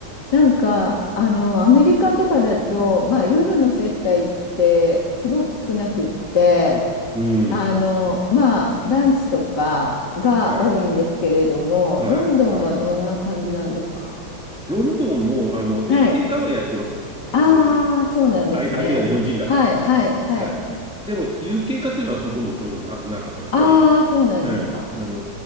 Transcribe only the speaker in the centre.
はい。
うん。
はい。はい。
はい。ロンドンも、あの、日系科はやってますね、
普通に。
あい、相手が日本人だから。
はい。でも、有形化っていうのはほとんどそういうのはな、なかった。やっぱり、
うん、あの